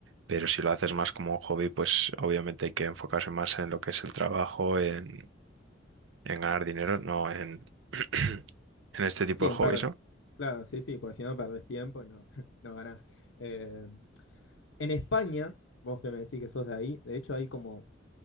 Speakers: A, on the right (about 70°); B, on the left (about 85°).
A: pero si lo haces más como un hobby, pues obviamente hay que enfocarse más en lo que es el trabajo, en, en ganar dinero, no en, <clears throat> en este tipo
B: Sí,
A: de
B: en
A: hobbies,
B: perder.
A: ¿no?
B: Claro, sí, sí, porque si no perdés tiempo y no, <laughs> no ganás. Eh, en España, vos que me decís que sos de ahí, de hecho hay como